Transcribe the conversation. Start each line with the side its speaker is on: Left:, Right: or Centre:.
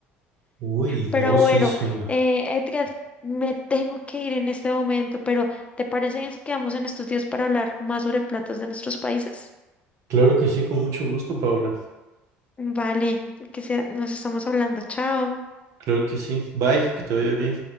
Right: uy,
Left: Pero
Right: no,
Left: bueno,
Right: sí suena.
Left: eh, Edgar, me tengo que ir en este momento, pero ¿te parece bien si quedamos en estos días para hablar más sobre platos de nuestros países?
Right: Claro que sí, con mucho gusto, Paula.
Left: Vale, que sea, nos estamos hablando. Chao.
Right: Claro que sí. Bye, que te vaya bien.